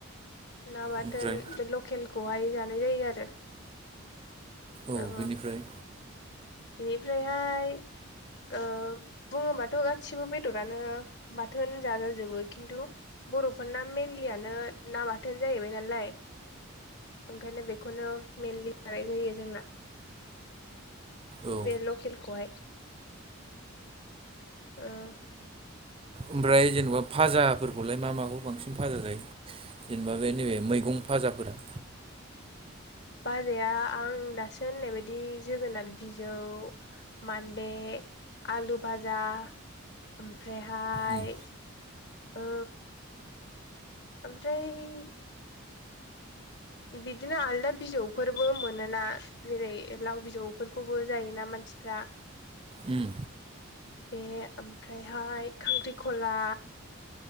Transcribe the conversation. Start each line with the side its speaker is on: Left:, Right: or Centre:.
Left: ना बाथोन
Right: ओमफ्राय
Left: बे लकेलखौहाय जानाय जायो आरो
Right: औ
Left: ओ
Right: बेनिफ्राय
Left: बेनिफ्रायहाय ओ बुङोबाथ' गासिबो बेदरानो बाथोन जाजाजोबो खिन्थु बर'फोरना मेनलियानो नाबाथोन जाहैबाय नालाय ओंखायनो बेखौनो मेइेनलि जानाय जायो जोंना
Right: औ
Left: बेे लकेलखौहाय ओ
Right: ओमफ्राय जेनबा फाजाफोरखौलाय मा माखौ बांसिन फाजा जायो जेनेबा बे नैबे मैगं फाजाफोर
Left: बाजाया आं दासो होननाय बायदि जोगोनार बिजौ मानदे आलु भाजा ओमफ्रायहाय
Right: उम
Left: ओ ओमफ्राय बिदिनो आलदा बिजौफोरबो मोनोना जेरै लाव बिजौफोरखौबो जायोना मानसिफ्रा
Right: उम
Left: बे ओमफ्रायहाय खांख्रिखला